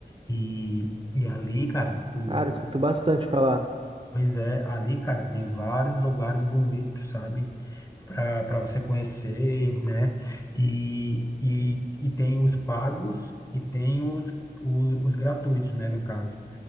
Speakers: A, on the left; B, on the right.
A: E, e ali, cara, tem
B: Cara, eu escuto bastante falar.
A: Pois é, ali, cara, tem vários lugares bonitos, sabe? Para para você conhecer, né? E, e, e tem os pagos e tem os, o- os, gratuitos, né? No caso.